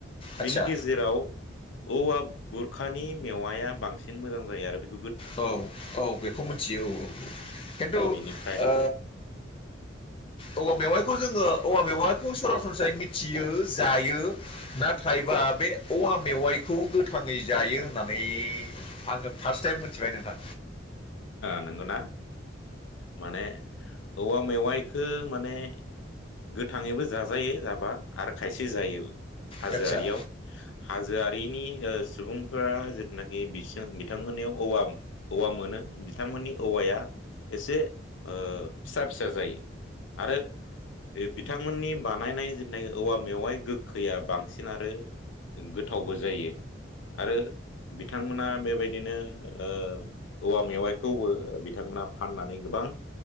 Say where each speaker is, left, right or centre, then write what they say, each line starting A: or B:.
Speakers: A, on the left; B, on the left.
A: आदसा
B: बेनि गेजेराव औवा बुरखानि मेवाया बांसिन मोजां जायो। आरो बे
A: औ औ। बेखौ मिथियो। औ औ औ। खिन्थु ओ
B: बेनिफ्राय
A: औवा मेवाइखौ जोङो औवा मेवाखौ सरासनस्रायै मिथियो जायो। नाथायबा बे औवा मेवाइखौ गोथाङै जायो होननानै आङो फार्स्ट टाइम मो मिथिबाय नोंथां।
B: नंगौना? माने औवा मेवाइखौो माने गोथाङैबो जाजायो जाबा। आरो खायसे जायोबो हाजोआरियाव।
A: आदसा
B: हाजोआरिनि सुबुंफोरा जिथुनाखि बिस बिथांमोननियाव औवा औवा मोनो। बिथांमोननि औवाया एसे फिसा फिसा जायो। आरो बे बिथांमोननि बानायनाय जेननाय औवा मेवाइ गोखैया बांसिन। आरो गोथावबो जायो। आरो बिथांमोना बेबायदिनो ओ औवा मेवाइखौबो बिथांमोना फाननानै गोबां